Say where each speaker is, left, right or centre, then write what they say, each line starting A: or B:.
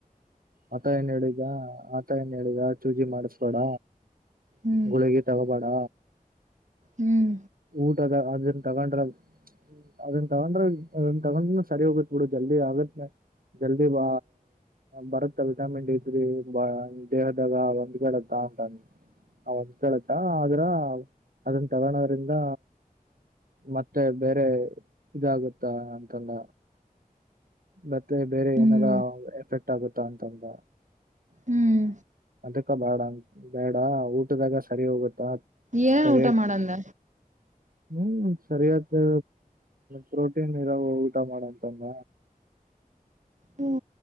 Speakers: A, on the right; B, on the right.
A: ಆತ ಏನ್ ಹೇಳುದ ಆತ ಏನ್ ಹೇಳಿದ ಚೂಜಿ ಮಾಡಿಸಬೇಡ
B: ಹ್ಮ್
A: ಗುಳಿಗೆ ತಗೋಬೇಡ
B: ಹ್ಮ್
A: ಊಟದ ಇದನ್ ತಗೊಂಡ್ರ ಅದನ್ ತಗೊಂಡ್ರ ಅದನ್ ತಗೊಂಡ್ರ ಸರಿ ಹೋಗತ್ ಬಿಡು ಜಲ್ದಿ ಆಗತ್ ಜಲ್ದಿ ಬ ಬರುತ್. ಾಮಿಂಟ್ ಐತ್ರಿ ದೇಹದಾಗ ಒಂದ್ ಕಡತ್ತ ಉಂಟ ಒಂದ ಕತ ಆದ್ರ ಅದನ್ ತಗೊಂಡವ್ರಂದ ಮತ್ತೆ ಬೇರೆ ಇದಾಗುತ್ತ ಅಂತಲ್ಲ ಮತ್ತೆ ಬೇರೆ
B: ಹ್ಮ್
A: ಏನಾರ ಎಫೆಕ್ಟ್ ಆಗುತ್ತಾ ಅಂತ್ರ
B: ಹ್ಮ್
A: ಅದಕ್ಕ ಬೇಡ ಬೇಡ ಊಟದಾಗ ಸರಿ ಹೋಗುತ್ತಾ
B: ಏನನ್
A: ಸರಿಯಾಗಿ
B: ಊಟ ಮಾಡಂದ
A: ಹ್ಮ್ ಸರಿಯತ್ಮ ಪ್ರೋಟೀನ್ ಇರ ಊಟ ಮಾಡಂತಂದ
B: ಹ್ಮ